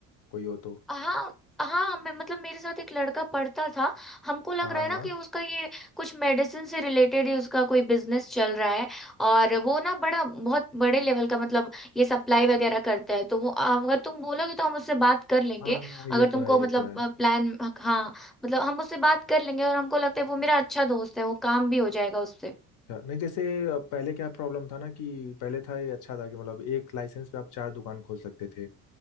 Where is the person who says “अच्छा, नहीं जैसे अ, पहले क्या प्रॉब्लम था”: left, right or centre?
Left